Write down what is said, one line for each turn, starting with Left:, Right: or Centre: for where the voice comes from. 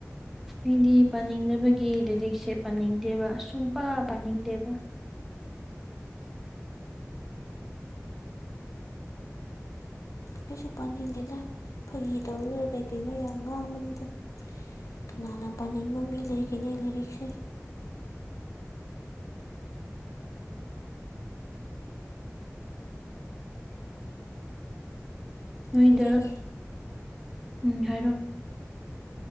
Centre: ꯃꯤꯗꯤ ꯄꯥꯅꯤꯡꯗꯕꯒꯤ ꯂꯥꯏꯔꯤꯛꯁꯦ ꯄꯥꯅꯤꯡꯗꯦꯕ ꯁꯨꯡꯄꯥ ꯄꯥꯅꯤꯡꯗꯦꯕ
Left: ꯑꯩꯁꯨ ꯄꯥꯅꯤꯡꯗꯦꯗ ꯐꯩ ꯇꯧꯔꯨꯔ ꯀꯩ ꯀꯩꯅꯣ ꯌꯥꯝ ꯉꯥꯡꯕꯅꯤꯗ ꯀꯅꯥꯅ ꯄꯥꯅꯤꯡꯕ ꯃꯤ ꯂꯩꯒꯅꯤ ꯂꯥꯏꯔꯤꯛꯁꯦ
Centre: ꯅꯣꯏꯗ
Left: ꯂꯥꯏꯔꯤꯛ
Centre: ꯎꯝ ꯍꯥꯏꯔꯣ